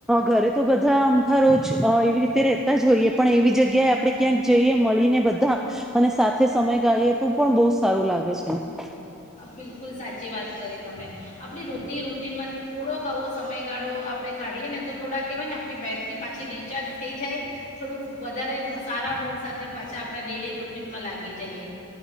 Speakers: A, in the centre; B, on the left (about 35°).
A: ઘરે તો બધા આમથા રોજ એવી રીતે રેતા જ હોઈએ પણ એવી જગ્યાએ આપડે ક્યાંક જઈએ મળીને બધા અને સાથે સમય ગાળીએ તો પણ બહ સારું લાગે છે હ
B: બિલકુલ સાચી વાત કરી તમે આપણી રૂની રૂટિનમાંથી થોડોક આવો સમયગાળો આપણે કાઢીએ ને તો થોડાક કહેવાય ને આપણી બેૅટરી પાછી રિચાર્જ થઈ જાય થોડુંક વધારે સારા મૂડ સાથે પાછા આપણા ડેલી રૂટિનમાં લાગી જઈએ